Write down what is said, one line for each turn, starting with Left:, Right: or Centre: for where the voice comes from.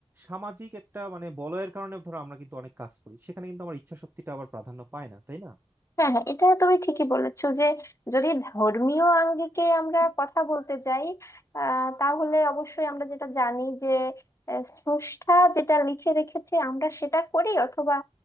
Right: সামাজিক একটা মানে বলয়ের কারণে ধরো আমরা কিন্তু অনেক কাজ করি সেখানে কিন্তু আমার ইচ্ছা শক্তিটা আবার প্রাধান্য পায় না তাই না
Left: হ্যাঁ হ্যাঁ এটা তুমি ঠিকই বলেছো যে যদি ধর্মীয় আঙ্গিকে আমরা কথা বলতে যাই আহ তাহলে অবশ্যই আমরা যেটা জানি যে আহ, স্রষ্টা যেটা লিখে রেখেছে আমরা সেটা করি অথবা